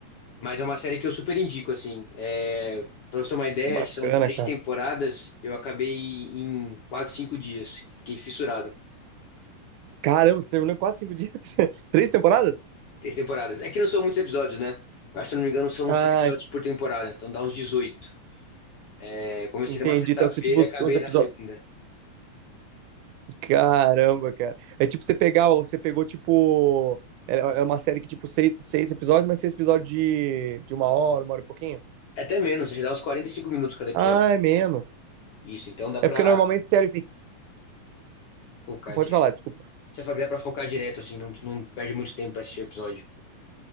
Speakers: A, on the left; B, on the right.
A: Mas é uma série que eu super indico, assim. É, pra você ter uma ideia,
B: Que bacana,
A: são três
B: cara.
A: temporadas. Eu acabei em quatro, cinco dias. Fiquei fissurado.
B: Caramba, você terminou em 4, 5 dias? <laughs> Três temporadas?
A: Três temporadas. É que não são muitos episódios, né? Eu acho que, se eu não me engano, são
B: Ah,
A: seis episódios por temporada. Então dá uns 18. É, comecei
B: entendi.
A: numa sexta-feira
B: Então, assim, tipo, os,
A: e acabei
B: os episódios.
A: na segunda.
B: Caramba, cara. É tipo você pegar, você pegou, tipo. É é uma série que, tipo, seis, seis episódios, mas seis episódios de, de uma hora, uma hora e pouquinho?
A: É Até menos, já dá uns 45 minutos cada episódio.
B: Ah, é menos.
A: Isso, então dá pra
B: É porque normalmente série. tem-
A: focar
B: Pode
A: direto.
B: falar, desculpa.
A: Você fala que dá pra focar direto, assim, não, não perde muito tempo pra assistir o episódio.